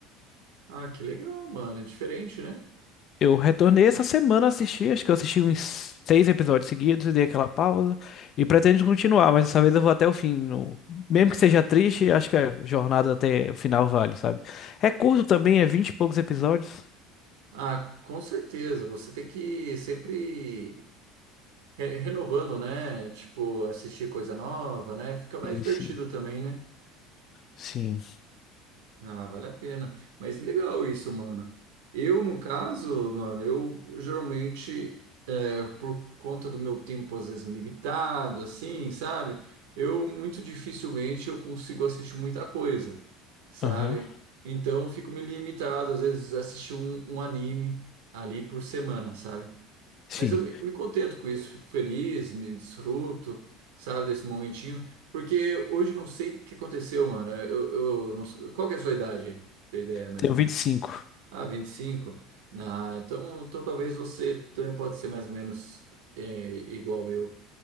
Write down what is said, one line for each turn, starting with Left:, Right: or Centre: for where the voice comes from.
Right: Ah, que legal, mano. É diferente, né?
Left: Eu retornei essa semana a assistir, acho que eu assisti uns seis episódios seguidos dei aquela pausa. E pretendo continuar, mas dessa vez eu vou até o fim. no- Mesmo que seja triste, acho que a jornada até o final vale, sabe? É curto também, é vinte e poucos episódios.
Right: Ah, com certeza. Você tem que ir sempre re- renovando, né? Tipo, assistir coisa nova, né? Fica mais
Left: Sim,
Right: divertido
Left: sim.
Right: também, né?
Left: Sim.
Right: Ah, vale a pena. Mas legal isso, mano. Eu, no caso, mano, eu geralmente, é, por conta do meu tempo às vezes limitado, assim, sabe? Eu muito dificilmente eu consigo assistir muita coisa, sabe?
Left: Aham.
Right: Então, eu fico me limitado, às vezes, a assistir um, um anime ali por semana, sabe?
Left: Sim.
Right: Mas eu me, me contento com isso, fico feliz, me desfruto, sabe, desse momentinho. Porque hoje eu não sei o que aconteceu, mano. Eu, eu não, sei- qual que é a sua idade? Tem ideia, mais
Left: Tenho
Right: ou menos?
Left: vinte e cinco
Right: Ah, 25. Ah, então, então talvez você também pode ser mais ou menos é, igual eu.